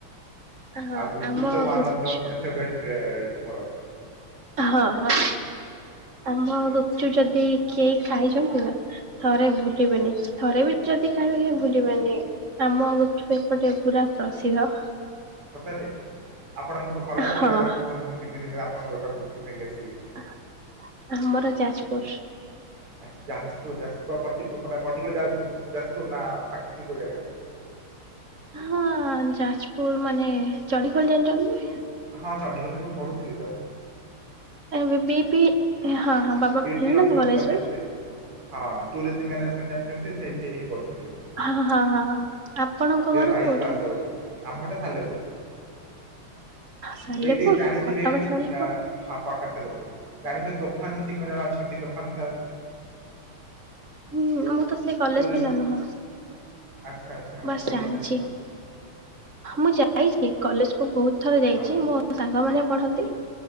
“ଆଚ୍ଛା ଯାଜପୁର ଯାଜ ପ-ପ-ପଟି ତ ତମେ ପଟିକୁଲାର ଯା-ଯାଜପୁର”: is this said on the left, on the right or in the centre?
Right